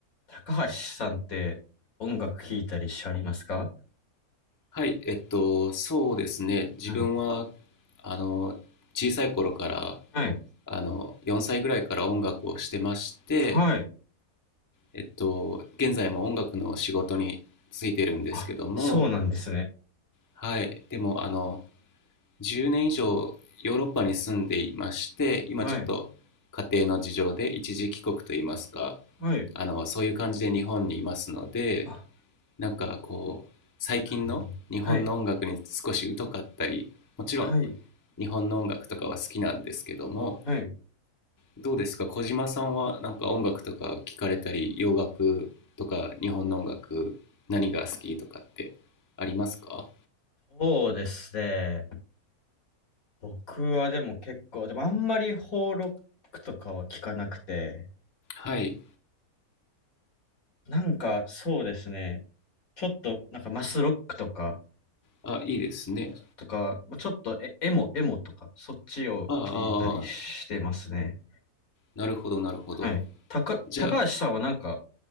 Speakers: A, on the left; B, on the left.
A: 高橋さんって音楽聴いたりしありますか
B: はい、えっと、そうですね。自分は、
A: はい。
B: あの、小さい頃から、
A: はい。
B: あの、4歳ぐらいから音楽をしてまして、
A: はい。
B: えっと、現在も音楽の仕事に就いてるんですけども、
A: あ、そうなんですね。
B: はい、でも、あの、10年以上ヨーロッパに住んでいまして、今ちょっと家庭の事情で一時帰国といいますか、
A: はい。はい。
B: あの、そういう感じで日本にいますので、
A: あ、
B: なんかこう最近の日本の音楽に少し疎かったりもちろん
A: なるほど。はい。はい。
B: 日本の音楽とかは好きなんですけども
A: はい。
B: どうですか小島さんはなんか音楽とか聞かれたり洋楽とか日本の音楽何が好きとかってありますか
A: そうですね。僕はでも結構、でもあんまり邦ロックとかは聞かなくて、
B: はい
A: なんかそうですね。ちょっとなんかマスロックとか、
B: あいいですね
A: とか、まあちょっとエエモ、エモとか、そっちを聞いたりしてますね。
B: ああああなるほどなるほど
A: はい。たか、
B: じゃ
A: 高橋さんはなんか、